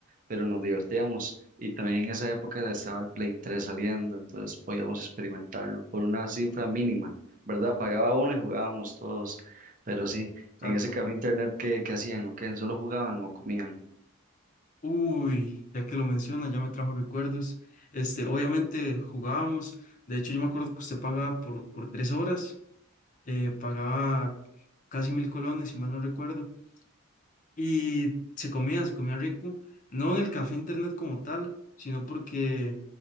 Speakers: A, on the right; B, on the left.
A: pero nos divertíamos. Y también en esa época estaba el Play 3 saliendo, entonces podíamos experimentarlo por una cifra mínima, ¿verdad? Pagaba uno y jugábamos todos. Pero sí,
B: Exacto.
A: en ese café internet, ¿qué, qué hacían? ¿O qué? ¿Solo jugaban o comían?
B: Uy, ya que lo menciona, ya me trajo recuerdos. Este, obviamente jugábamos. De hecho, yo me acuerdo que usted pagaba por, por tres horas, eh, pagaba casi mil colones, si mal no recuerdo. Y se comía, se comía rico. No en el café internet como tal, sino porque